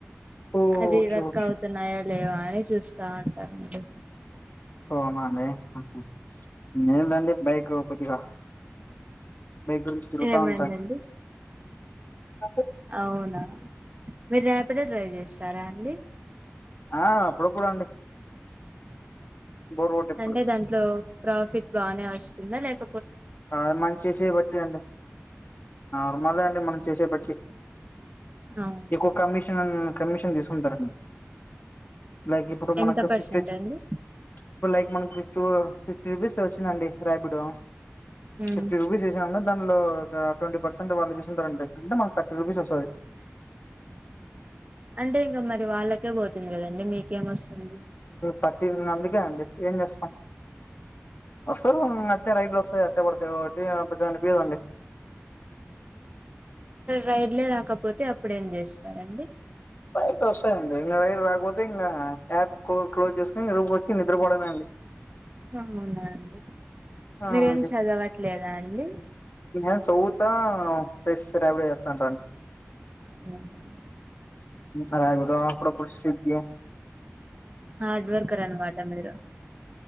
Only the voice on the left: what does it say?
ఓకే
ఓకే
పోనా <unintelligible> లేదండి బైకు కొద్దిగా <unintelligible> తిరుగుత
ఉంట <unintelligible>
ఆ అప్పుడు అప్పుడు అండి బోర్ కొట్టేప్పుడు
అ మంచి చెయ్యి బట్టి అండి నార్మలే అండి మనం చేసే బట్టి
ఎక్కువ కమీషన్ కమిషన్ తీసు కుంటారు లైక్ ఇప్పుడు
మనకు
ఫిఫ్టీ
ఇప్పుడు లైక్ మనకి ఫిఫ్త్ ఫిఫ్టీ రూపీస్ వచ్చిందండి రాపిడో
ఫిఫ్టీ రూపీస్ <unintelligible> దానిలో ఒక ట్వంటీ పర్సెంట్ వాళ్లు చూసుకుంటారు అండి అంటే మనకి థర్టీ రూపిస్ వస్తుంది
థర్టీన్ మందికి హండ్రెడ్ ఏం చేస్తాం వస్తలు ఈమధ్య రైలో వస్ అట్టే పడుతాయ్ ఒకటి అంత అనిపియ్యదండి
రైడ్ వస్తాయండి ఇంకా రైడ్ రాకపోతే ఇంకా యాప్ క్లోజ్ చేసుకుని రూముకొచ్చి నిద్రపోడమే అండి
ఆ
అండి
నేను చదువుతా ప్లస్ రైడ్ చేస్తారండి
అడయ్గూడ అప్పుడపుడు స్విగ్గి